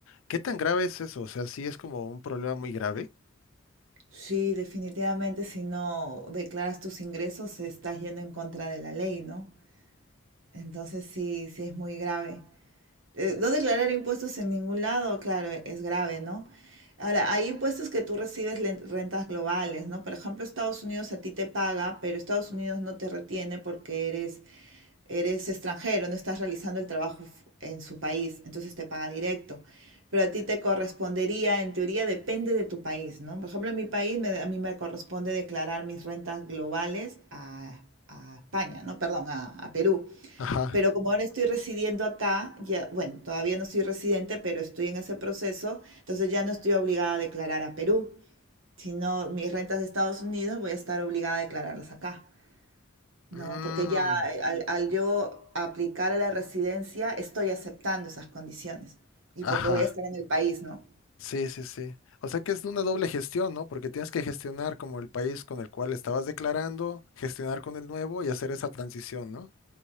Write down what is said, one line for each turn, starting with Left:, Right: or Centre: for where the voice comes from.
Left: ¿Qué tan grave es eso? O sea, sí es como un problema muy grave.
Right: Sí, definitivamente si no declaras tus ingresos estás yendo en contra de la ley, ¿no? Entonces sí, sí es muy grave. Eh, no declarar impuestos en ningún lado, claro, e, es grave, ¿no? Ahora, hay impuestos que tú recibes len- rentas globales, ¿no? Por ejemplo, Estados Unidos a ti te paga, pero Estados Unidos no te retiene porque eres, eres extranjero, no estás realizando el trabajo f- en su país, entonces te paga directo. Pero a ti te correspondería, en teoría, depende de tu país, ¿no? Por ejemplo, en mi país me- a mí me corresponde declarar mis rentas globales a, a España, ¿no? Perdón, a a Perú.
Left: Ajá.
Right: Pero como ahora estoy residiendo acá, ya, bueno, todavía no soy residente, pero estoy en ese proceso, entonces ya no estoy obligada a declarar a Perú, sino mis rentas de Estados Unidos voy a estar obligada a declararlas acá. No,
Left: Mm,
Right: porque ya eh, al, al yo aplicar a la residencia estoy aceptando esas condiciones y
Left: ajá.
Right: porque voy a estar en el país, ¿no?
Left: Sí, sí, sí. O sea que es una doble gestión, ¿no? Porque tienes que gestionar como el país con el cual estabas declarando, gestionar con el nuevo y hacer esa transición, ¿no?